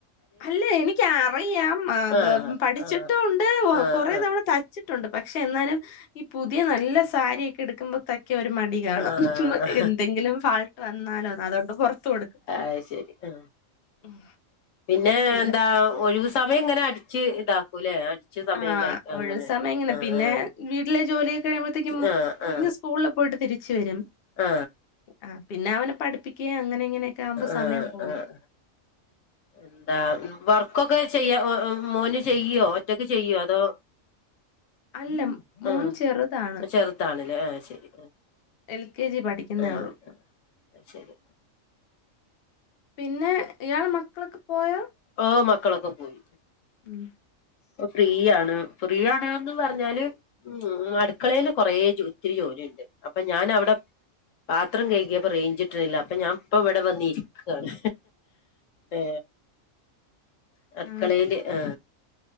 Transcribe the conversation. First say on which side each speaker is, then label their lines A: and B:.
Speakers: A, on the left; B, on the left.
A: അല്ലേ എനിക്ക അറിയാം അത്
B: ആഹ്
A: പഠിച്ചിട്ടുംണ്ട്
B: ആഹ് ആഹ്
A: കൊറെ തവണ തൈച്ചുട്ടുണ്ട്. പക്ഷെ എന്നാലും ഈ പുതിയ നല്ല സാരിയൊക്കെ എടുക്കുമ്പോ ത ക്കെ ഒരു മടി കാണും
B: ആഹ് ആഹ്
A: എന്തെങ്കിലും ഫാൾട്ട് വന്നാലോന്ന് അതൊണ്ട് പൊറത്ത് കൊടുക്കും.
B: അയ് ശെരി ആ
A: ഉം
B: ന്നെ
A: പിന്നെ
B: എന്താ ഒയിവു സമയം ങ്ങനെ അടിച്ച് ഇതാക്കുലെ? ർച്ച് സമയം
A: ആഹ്
B: കൈ അങ്ങനെ
A: ഒഴിവ് സമയം ഇങ്ങനെ
B: ആ
A: പിന്നെ
B: ആ
A: വീട്ടിലെ ജോലിയൊക്കെ കഴിയുമ്പഴത്തേക്കും
B: ആ ആ
A: കുഞ്ഞ്
B: ആ ആ
A: സ്കൂളിൽ പോയിട്ട് തിരിച്ച് വരും
B: ആ
A: ആ പിന്നെ അവനെ പഠിപ്പിക്ക്യ അങ്ങനെ ഇങ്ങനെയൊക്കെ ആവുമ്പോ
B: ആഹ്
A: സമയം പോവും.
B: ആഹ് എന്താ മ് വർക്കൊക്കെ ചെയ്യ ഒ ഓ മോന് ചെയ്യോ ഒറ്റക്ക് ചെയ്യോ അതോ?
A: അല്ല മോൻ
B: ആ
A: ചെറുതാണ്
B: ചെർതാണല്ലേ ആ ശരി
A: എൽ കെ ജി പഠിക്കുന്നേ
B: ആ.
A: ഉള്ളൂ
B: ആ ശെരി.
A: പിന്നെ ഇയാളെ മക്കളൊക്കെ പോയോ?
B: ആ മക്കളൊക്കെ പോയി.
A: ഉം.
B: പ്പൊ ഫ്രീ ആണ് ഫ്രീ ആണ്ന്ന് പറഞ്ഞാല് ഉം അടുക്കളേല് കൊറെേ ജൊ ഒത്തിരി ജോ ലിണ്ട് അപ്പൊ ഞാന് അവിടെ ത്രം കഴുകിയപ്പൊ റേഞ്ച്ട്ട്ണ്ല്ല അപ്പൊ ഞാൻ ഇപ്പം ഇവിടെ വന്നിരിക്കാണ് ഏ.
A: <inaudible>
B: അടുക്കളേല്
A: ആ
B: ആ